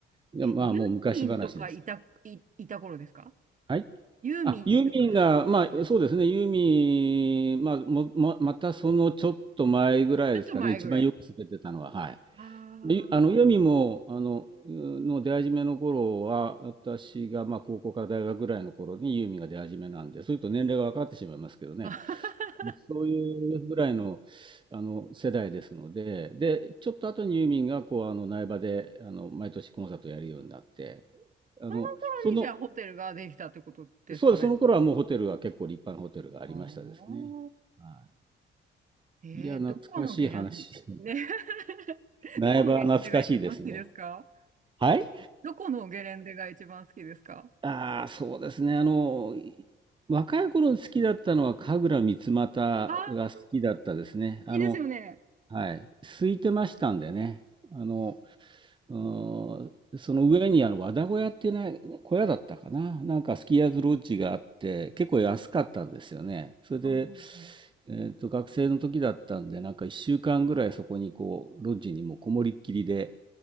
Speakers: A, on the right; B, on the right.
A: で、
B: え、
A: まあ、
B: ユ
A: もう昔話です。
B: ーミンとかいた、い、いた頃ですか
A: はい。
B: ユーミンとか、
A: あ、ユーミンが、
B: はい、いた頃ですかち
A: まあ、そうですね、ユーミン、まあ、も、もまたそのちょっと前ぐらいですかね、
B: ょっと前ぐらい。
A: 一番よく滑ってたのは、はい。
B: ああ。
A: いあの、ユーミンも、あの、の出始めの頃は、私が、まあ、高校から大学ぐらいの頃にユーミンが出始めなんで、そういうと年齢が分かってしまいますけどね、
B: <laughs>
A: そういうぐらいの、あの、世代ですので、で、ちょっと後にユーミンが、こう、あの、苗場で、あの、毎年コンサートをやるようになって、あの、
B: その頃にじゃあホテルができたってことですかね。
A: その、そうです、その頃はもうホテルは結構立派なホテルがありましたですね。
B: ああ。
A: は
B: えー、
A: い。いや、懐かしい話。
B: どこのゲレンデ、
A: <laughs>
B: ね。<laughs>
A: 苗場は懐かしいですね。
B: どこのゲレンデが一番好きですか
A: はい
B: どこのゲレンデが一番好きですか
A: ああ、そうですね。あの、若い頃好きだったのは神楽三股が好きだったですね。
B: あ、
A: あの、
B: いいですよね。
A: はい。空いてましたんでね。あの、うーんその上にあの和田小屋っていうな小屋だったかな。なんかスキーヤーズロッジがあって、結構安かったんですよね。それで、
B: うんうんうん
A: えっと、学生の時だったんで、なんか1週間ぐらいそこにこう、ロッジにもうこもりっきりで、